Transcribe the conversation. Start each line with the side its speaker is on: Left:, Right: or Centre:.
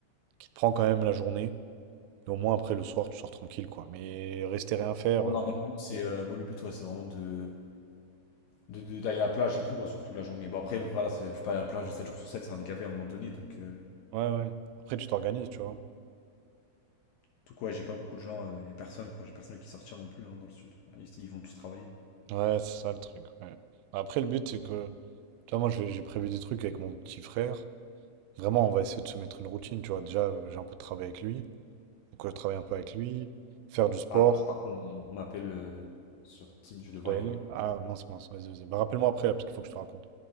Right: qui te prend quand même la journée. Et au moins, après, le soir, tu sors tranquille, quoi. Mais rester rien faire,
Left: Ah, non,
Right: euh,
Left: moi le but, c'est euh, moi, le but, ouais, c'est vraiment de, de- de- d'aller à la plage et tout, quoi, surtout la journée. Bon, après, voilà, c'est- je vais pas aller à la plage 7 jours sur 7, ça va me gaver à un moment donné. Donc, euh,
Right: ouais, ouais. Après, tu t'organises, tu vois.
Left: tout quoi, j'ai pas beaucoup de gens, euh, y a personne, quoi. J'ai personne qui sortir non plus hein, dans le sud. Ouais, Ils, ils vont tous travailler.
Right: Ouais, c'est ça le truc. ouais. Après, le but, c'est que, tu vois, moi, j'ai j'ai prévu des trucs avec mon petit frère. Vraiment, on va essayer de se mettre une routine, tu vois. Déjà, euh, j'ai un peu de travail avec lui. Donc, euh, je travaille un peu
Left: Ouais.
Right: avec lui. Faire du sport.
Left: Ah, je contre, on, on m'appelle euh, sur Teams, je vais
Right: Je
Left: devoir
Right: dois y
Left: y
Right: aller.
Left: aller.
Right: Ah, mince, mince, vas-y, vas-y. Bah, rappelle-moi après, là, parce qu'il faut que je te raconte.